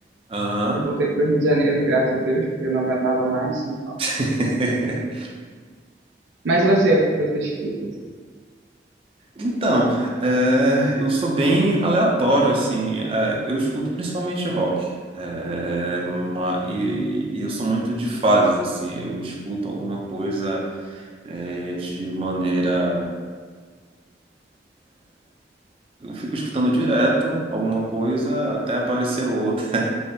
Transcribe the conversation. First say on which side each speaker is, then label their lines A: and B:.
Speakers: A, on the right (about 30°); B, on the right (about 85°).
A: Aham.
B: Eu voltei pro Rio de Janeiro, graças a Deus, porque eu não aguentava mais São Paulo.
A: <laughs>
B: Mas você, o que você escuta, assim?
A: Então, é, eu sou bem aleatório, assim. é, eu escuto principalmente rock. é, ma- e, e eu sou muito de fases, assim. Eu escuto alguma coisa é, de maneira. Eu fico escutando direto alguma coisa até aparecer outra.